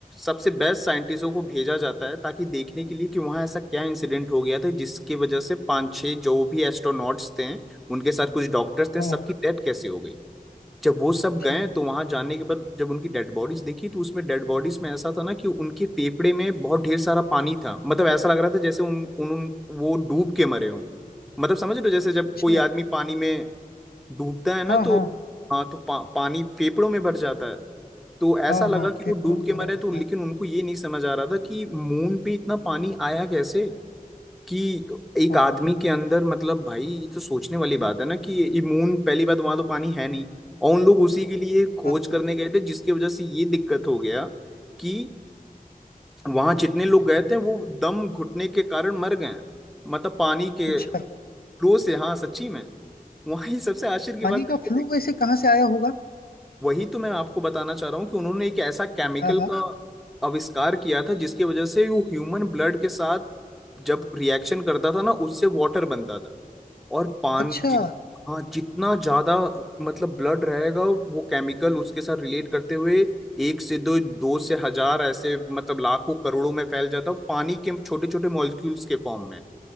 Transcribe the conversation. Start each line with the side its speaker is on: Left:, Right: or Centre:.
Centre: सबसे बेस्ट साइंटिस्टों को भेजा जाता है ताकि देखने के लिए कि वहां ऐसा क्या इंसिडेंट हो गया था जिसकी वजह से पांच छह जो भी एस्ट्रोनॉट्स थे उनके साथ कुछ डॉक्टर्स थे
Left: हाँ
Centre: सबकी
Left: हाँ
Centre: डेथ कैसे हो गई जब वो सब
Left: ठीक
Centre: गए तो वहां जाने के बाद जब उनकी डेड बॉडीज देखी तो उसमें डेड बॉडीज में ऐसा था ना कि उनके फेफड़े में बहुत ढेर सारा पानी था मतलब ऐसा लग रहा था जैसे उन, उन वो डूब के मरे हों मतलब समझ रहे हो जैसे जब
Left: अच्छा
Centre: कोई आदमी पानी में डूबता है ना
Left: हाँ
Centre: तो
Left: हाँ
Centre: हाँ तो पा, पानी फेफड़ों में भर जाता है तो ऐसा
Left: हाँ हाँ
Centre: लगा
Left: हाँ,
Centre: कि
Left: फेफड़ों
Centre: वो डूब
Left: में
Centre: के
Left: भरा
Centre: मरे
Left: रहता
Centre: तो लेकिन
Left: है
Centre: उनको ये नहीं समझ आ रहा था कि मून पे इतना पानी आया कैसे कि एक
Left: हाँ
Centre: आदमी के अंदर मतलब भाई ये तो सोचने वाली बात है ना कि ये मून पहली बात वहां तो पानी है नहीं और उन लोग उसी के लिए खोज
Left: बात
Centre: करने
Left: है
Centre: गए थे जिसकी वजह से ये दिक्कत हो गया कि वहां जितने लोग गए थे वो दम घुटने के कारण मर गए मतलब पानी के
Left: अच्छा
Centre: फ्लो से हाँ सच्ची में वहां ये सबसे आश्चर्य की
Left: पानी
Centre: बात
Left: का
Centre: तो ये
Left: फ्लू
Centre: है
Left: वैसे कहाँ से आया होगा
Centre: वही तो मैं आपको बताना चाह रहा हूँ कि उन्होंने एक ऐसा केमिकल
Left: हाँ हाँ
Centre: का आविष्कार किया था जिसकी वजह से वो ह्यूमन ब्लड के साथ जब रिएक्शन करता था ना उससे वाटर बनता था और पान
Left: अच्छा
Centre: जित हाँ जितना ज्यादा मतलब ब्लड रहेगा वो केमिकल उसके साथ रिलेट करते हुए एक से दो दो से हजार ऐसे मतलब लाखों करोड़ों में फैल जाता है पानी के छोटे छोटे मॉलिक्यूल्स के फॉर्म में